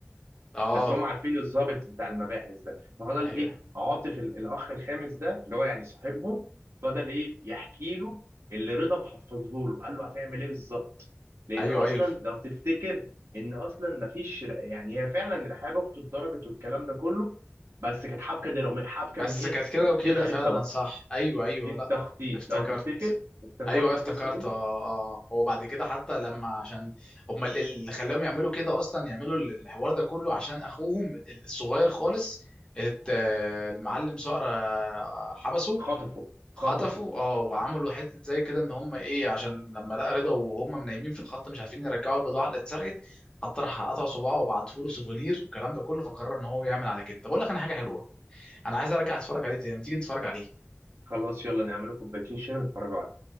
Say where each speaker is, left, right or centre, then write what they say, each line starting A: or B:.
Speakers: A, on the left; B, on the right.
A: اه
B: بس هم عارفين الضابط بتاع المباحث ده ففضل
A: ايوه
B: ايه عاطف ال- الاخ الخامس ده اللي هو يعني صاحبهم فضل ايه يحكي له اللي رضا محفظه له قال له هتعمل ايه بالظبط لان
A: ايوه
B: اصلا
A: ايوه
B: لو تفتكر ان اصلا مفيش ر- يعني هي فعلا رحاب اخته اتضربت والكلام ده كله بس كانت حبكه دراميه حبكه
A: بس
B: من ايه
A: كانت كده
B: دي
A: وكده
B: الخطه
A: فعلا
B: بقى
A: صح ايوه ايوه
B: دي التخطيط
A: لا افتكرت
B: لو تفتكر وافتكرت
A: ايوه افتكرت
B: القصه دي
A: اه اه هو بعد كده حتى لما عشان هم ال- اللي خلاهم يعملوا كده اصلا يعملوا ال- الحوار ده كله عشان اخوهم الصغير خالص ات- آه، المعلم صقر آه، حبسه
B: خطفوا
A: خطفوا
B: خطفوا
A: اه وعملوا حته زي كده ان هم ايه عشان لما لقى رضا وهم نايمين في الخط مش عارفين يرجعوا البضاعه اللي اتسرقت حتى راح قطع صباعه وبعته له سوفونير والكلام ده كله فقرر ان هو يعمل على كده طب اقول لك انا حاجه حلوه انا عايز ارجع اتفرج عليه تاني ما تيجي نتفرج عليه
B: خلاص يلا نعمل لكم كوبايتين شاي ونتفرجوا عليه